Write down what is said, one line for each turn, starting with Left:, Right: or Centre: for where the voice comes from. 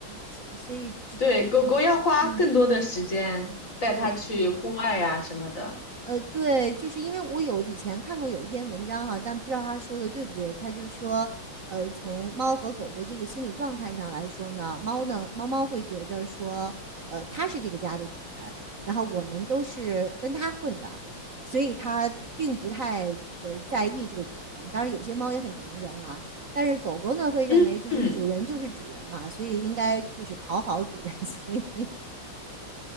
Right: 所以所以这这
Left: 对，狗狗要花更多的时间带它去户外呀、
Right: 嗯。呃
Left: 什么的。
Right: 呃，对，就是因为我有以前看过有一篇文章哈，但不知道他说的对不对。他就说，呃，从猫和狗的这个心理状态上来说呢，猫呢，猫猫会觉得说，呃，它是这个家的主人，然后我们都是跟它混的，所以它并不太呃在意这个主人。当然，有些猫也很粘人啊，但是狗狗呢会认为就是主人就是主人嘛，
Left: 嗯嗯
Right: 所以应该就是讨好主人，<laughs> 所以